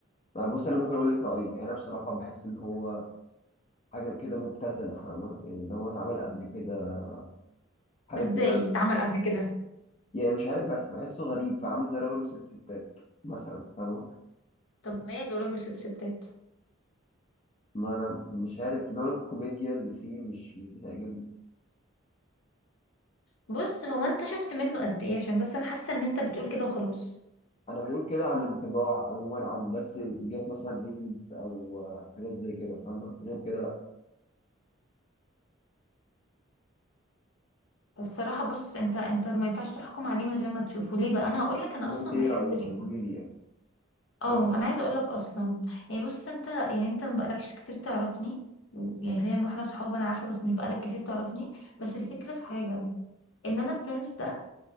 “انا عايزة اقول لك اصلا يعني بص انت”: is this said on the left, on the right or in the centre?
Left